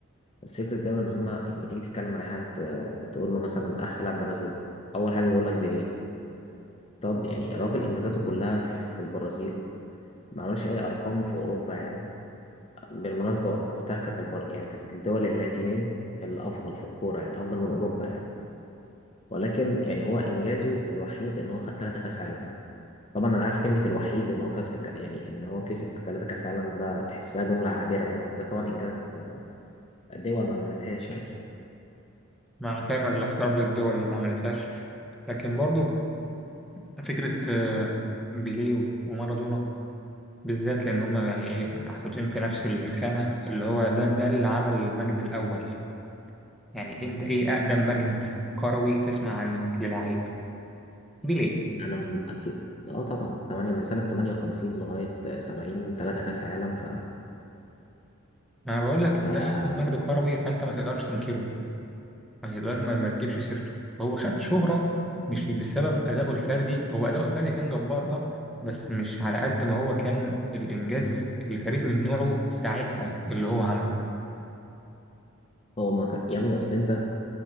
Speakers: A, on the left; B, in the centre.
A: بس فكره دايما ان هما لما تيجي تتكلم مع حد آه، تقول له مثلا احسن لاعب برازيل اول حاجه يقول لك بيليه طب يعني الراجل انجازاته كلها في البرازيل ما عملش اي ارقام في اوروبا يعني بالمناسبه وقتها كانت البر... يعني كانت الدول اللاتينيه الافضل في الكوره يعني افضل من اوروبا يعني ولكن يعني هو انجازه الوحيد ان هو خد ثلاثه كاس عالم طبعا انا عارف كلمه الوحيد ان هو فاز بك يعني ان هو كسب ثلاثه كاس عالم ده تحسها جمله عابره يعني بس ده طبعا انجاز دول ما عملتهاش يعني
B: مع كامل الاحترام للدول اللي ما عملتهاش لكن برضو فكره آه، بيليه ومارادونا بالذات لان هم يعني ايه محطوطين في نفس الخانه اللي هو ده ده اللي عمل المجد الاول يعني انت ايه اقدم مجد كروي تسمع عنه للاعيب دي ليه؟
A: انا م- اكيد اه طبعا 8 من سنه 58 لغايه 70 ثلاثه كاس عالم ف
B: ما أنا بقول لك
A: ف
B: ده مجد كروي فانت ما تقدرش تنكره ما تقدر ما, ما تجيبش سيرته هو خد شهرة مش بسبب أدائه الفردي هو أداؤه الفردي كان جبار اه بس مش على قد ما هو كان الإنجاز الفريد من نوعه ساعتها اللي هو عمله
A: هو ما كان يا ابني اصل انت